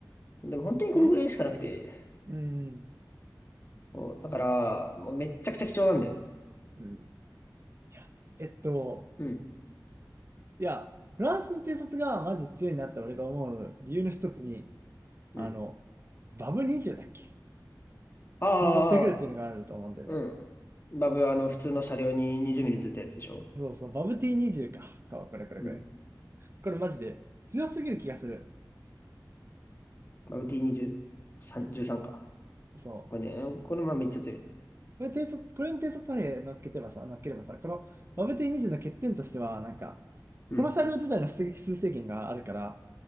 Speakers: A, on the left (about 35°); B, on the right (about 35°).
A: でも本当にこのぐらいしかなくて、
B: う。で、うん、
A: もう、だから、もうめっちゃくちゃ貴重なんで。
B: うん。いやえっと、
A: うん。
B: いや、フランスの偵察がマジ強いなって俺が思う理由の一つに、
A: うん。
B: あの、バブ20だっけ
A: ああ、
B: に乗ってくるっていうのがあると思うんだよね。
A: うん。バブ、あの、普通の車両に20ミリついたやつでしょ
B: そうそう、バブ T20 か。かこれこれこれ。
A: うん。
B: これマジで強すぎる気がする。
A: バブ T20、3
B: うん。
A: 13か。
B: そう。
A: これね、これまあめっちゃ強い。
B: これ偵察、これに偵察兵乗っけてばさ、乗っければさ、このバブ T20 の欠点としては、なんか、
A: うん。
B: この車両自体の出撃数制限があるから、